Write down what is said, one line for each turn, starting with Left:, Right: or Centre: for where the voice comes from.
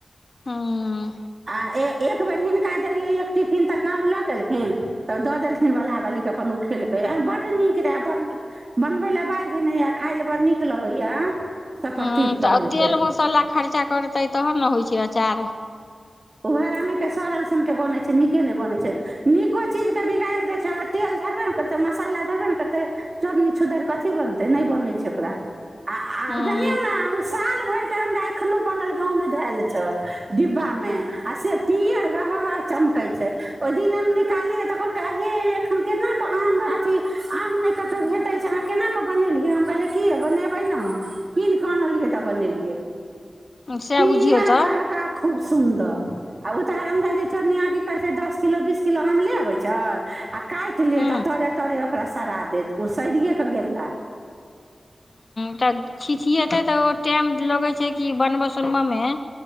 Left: हूँ हूँ
Right: आ ए एक बेर हिनका देलिये एक टिफिन त गांव लऽ गेलखिन तब द देलखिन बलहा बाली के अपन उ खेल बड्ड नीक रहए बड्ड नीक बनबय लए बाजिेने खाय लए बड़ नीक लगैए सफरती
Left: ह तऽ
Right: कहैके
Left: आ तेल मसाला खर्चा करतै तहन ने होइ छै अचार
Right: ओ हर आमीके सड़ल सनके बनै छै नीके नहि बनै छै नीको चीजके बिगाड़ि दै छै हममे तेल धरबे ने करतै मसाला धरबे ने करतै चोरनी छुद्धरि कथिी बनतै नहि बनै छै ओकरा आ आओर
Left: हूँ
Right: जनियो ने साल भर के हमरा एखनो बनल गांव मे धल छै डिब्बा मे आ से पिअर गहक गह चमकै छै ओहि दिन निकाललियै तऽ कहलकै हे एखन केन कऽ आम अथी आम नहि कतहु भेटै छै अहाँ केना कऽ बनेलियै हम कहलियै की बनेबै ने कीन कऽ अनलियै तऽ बनेलियै
Left: सएह
Right: पीअर
Left: बुझियौ तऽ
Right: गह गह खूब सुन तऽ आ ओ तऽ हरमजादी चोरनिआँ की करतै दस किलो बीस किलो आमले अबै छै आ काटि लेत
Left: हूँ
Right: आ तड़े तरे ओकरा सरा देत ओ सड़िए कऽ गेला
Left: तऽ छिछिएतै तऽ ओ टाइम लगे छै कि बनब सोनब में